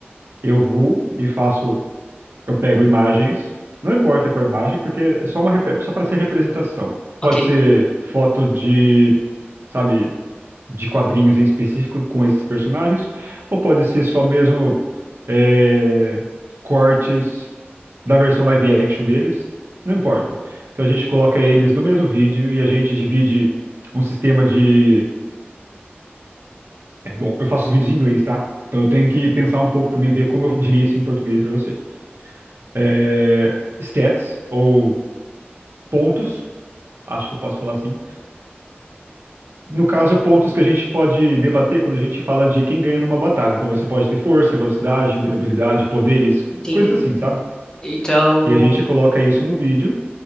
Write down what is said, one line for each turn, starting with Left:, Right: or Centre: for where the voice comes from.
Right: eu vou e faço Eu pego imagens, não importa qual imagem, porque é só uma rep- é só para ser representação.
Left: Ok,
Right: Pode ser foto de, sabe, de quadrinhos em específico com esses personagens, ou pode ser só mesmo é, cortes da versão live action deles, não importa. Então a gente coloca eles no mesmo vídeo e a gente divide um sistema de. é, bom, eu faço os vídeos em inglês, tá? Então eu tenho que pensar um pouco para mim ver como eu diria isso em português para você. É, stats ou pontos, acho que eu posso falar assim. No caso, pontos que a gente pode debater quando a gente fala de quem ganha numa batalha. Então você pode ter força, velocidade, durabilidade, poderes,
Left: entendi.
Right: coisas assim, sabe?
Left: Então,
Right: E a gente coloca isso no vídeo